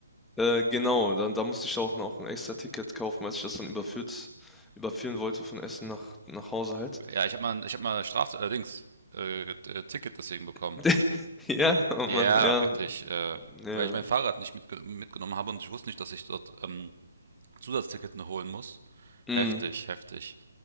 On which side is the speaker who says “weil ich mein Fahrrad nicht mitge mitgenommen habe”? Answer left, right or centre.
Right